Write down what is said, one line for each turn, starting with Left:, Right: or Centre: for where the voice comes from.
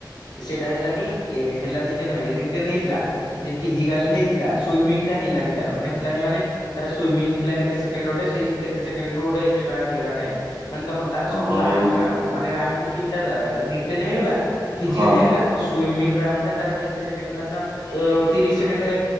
Left: ସେଇଟା ହେଲାନି ଏ ହେଲାନି ଯେ ନୁହେଁ ରିଟେର୍ନ ହେଇଥିଲା। ଯେ ଫିଜିକାଲ ହେଇଥିଲା ସୁଇମିଂ ଟା ହେଲାନି ତାର ମାନେ ହେଲାନି ମାନେ ତାର ସୁଇମିଂ ଥିଲା କେତେ ସେକେଣ୍ଡ ଗୋଟେ ସେଇ କେତେ ସେକେଣ୍ଡ ରୁ ଗୋଟେ ଏକ୍ସଟ୍ରା ନେଇଗଲା ଟାଇମ୍ ମାନେ ତମର ତାର
Right: ହଁ
Left: ସବୁ ଲାଷ୍ଟ
Right: ଏଇ
Left: ରାଉଣ୍ଡ ମାନେ ରାଉଣ୍ଡ ତିନିଟା ତାର ରିଟେନ୍ ହେଇଗଲା ଫିଜିକାଲ
Right: ହଁ।
Left: ହେଇଗଲା। ସୁଇମିଂ ରାଉଣ୍ଡଟା ତାର କେତେ ସେକେଣ୍ଡ ଧରିନିଅ ଉ ତିରିଶ ସେକେଣ୍ଡେ।